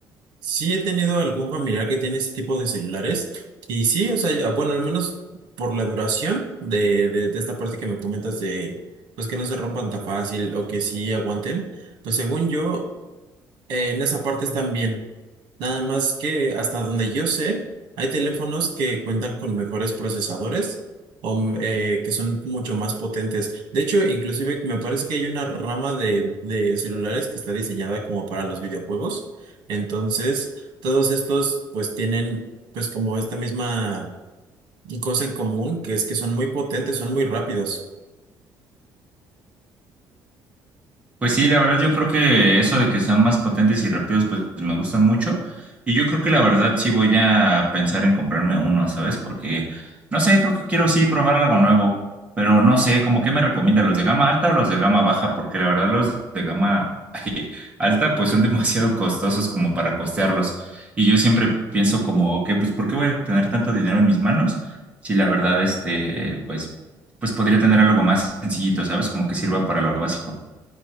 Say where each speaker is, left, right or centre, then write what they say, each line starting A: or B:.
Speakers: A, on the right; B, on the right.
A: Sí he tenido algún familiar que tiene ese tipo de celulares y sí, o sea, ya- bueno, al menos por la duración de, de, de esta parte que me comentas de, pues que no se rompan tan fácil o que sí aguanten, pues según yo, eh, en esa parte están bien. Nada más que hasta donde yo sé, hay teléfonos que cuentan con mejores procesadores o mm, eh, que son mucho más potentes. De hecho, inclusive me parece que hay una rama de, de celulares que está diseñada como para los videojuegos. Entonces, todos estos pues tienen pues como esta misma cosa en común, que es que son muy potentes, son muy rápidos.
B: Pues sí, la verdad yo creo que eso de que sean más potentes y rápidos, pues me gustan mucho. Y yo creo que la verdad sí voy a pensar en comprarme uno, ¿sabes? Porque, no sé, creo que quiero sí probar algo nuevo, pero no sé, como que me recomienda los de gama alta o los de gama baja, porque la verdad los de gama <laughs> alta pues son demasiado costosos como para costearlos. Y yo siempre pienso como que, pues, ¿por qué voy a tener tanto dinero en mis manos? Si la verdad, este, pues, pues podría tener algo más sencillito, ¿sabes? Como que sirva para lo básico.